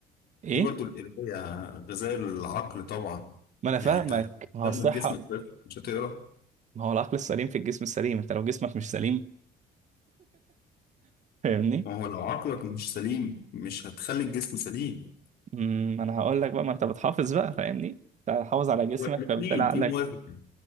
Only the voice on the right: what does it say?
ايه
ما انا
فاهمك
ما هو الصحة
ما هو العقل السليم في الجسم السليم انت لو جسمك مش سليم فاهمني
امم انا هقول لك بقى ما انت بتحافظ بقى فاهمني انت حافظ على جسمك
فبالتالي عقلك